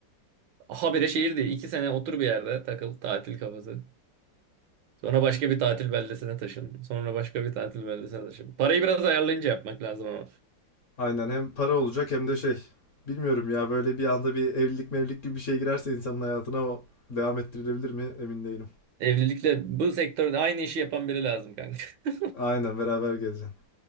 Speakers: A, on the right; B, on the left.
A: Habire şehir değil. İki sene otur bir yerde takıl tatil kafası. Sonra başka bir tatil beldesine taşın. Sonra başka bir tatil beldesine taşın. Parayı biraz ayarlayınca yapmak lazım ama.
B: Aynen hem para olacak hem de şey. Bilmiyorum ya böyle bir anda bir evlilik mevlilik gibi bir şey girerse insanın hayatına o devam ettirilebilir mi emin değilim.
A: Evlilikle bu sektörde aynı işi yapan biri lazım kanka. <laughs>
B: Aynen beraber gezeceksin.